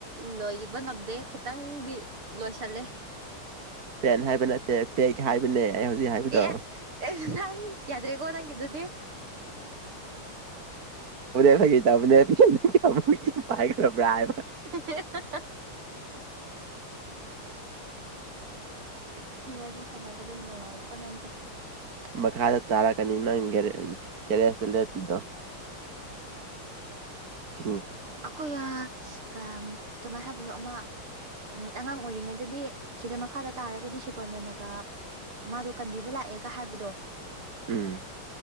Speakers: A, on the right (about 75°); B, on the right (about 45°).
A: ꯂꯣꯏꯒꯥꯕ ꯉꯝꯗꯦ ꯈꯤꯇꯪꯗꯤ ꯂꯣꯏꯁꯟꯂꯦ
B: ꯄꯦꯟ ꯍꯥꯏꯕ ꯅꯠꯇꯦ ꯄꯦꯛ ꯍꯥꯏꯕꯅꯦ ꯑꯩ ꯍꯧꯖꯤꯛ ꯍꯥꯏꯕꯗꯣ
A: ꯑꯦ ꯑꯦ ꯅꯪ ꯌꯥꯗ꯭ꯔꯦꯀꯣ ꯅꯪꯒꯤꯗꯨꯗꯤ
B: ꯐꯒꯤ ꯇꯧꯕꯅꯦ ꯑꯃꯨꯛ ꯢꯪ ꯄꯥꯏꯈꯔ꯭ꯕ ꯍꯥꯏꯕꯥ
A: <unintelligible>
B: <unintelligible>
A: ꯋꯥꯔꯤ ꯁꯥꯟꯅꯕꯗ ꯅꯨꯡꯉꯥꯏꯀꯣ ꯅꯪꯁꯦ
B: ꯃꯈꯥꯗ ꯇꯥꯔꯛꯀꯅꯤ ꯅꯪ ꯀꯦꯔꯦ ꯇꯦꯔꯦꯁꯇꯥ ꯂꯦꯞꯄꯤꯗꯣ ꯇꯤꯡ
A: ꯑꯩꯈꯣꯏ ꯑ ꯀꯝ ꯀꯃꯥꯏ ꯍꯥꯏꯕꯅꯣ ꯑꯃ ꯎꯝ ꯑꯉꯥꯡ ꯑꯣꯏꯔꯤꯉꯩꯗꯗꯤ ꯁꯤꯗ ꯃꯈꯥꯗ ꯇꯥꯔꯒꯗꯤ ꯁꯨꯄ꯭ꯔꯃꯦꯟꯅꯒ ꯃꯥꯗꯣ ꯀꯟꯕꯤꯕ ꯂꯥꯛꯑꯦꯒ ꯍꯥꯏꯕꯗꯣ
B: ꯎꯝ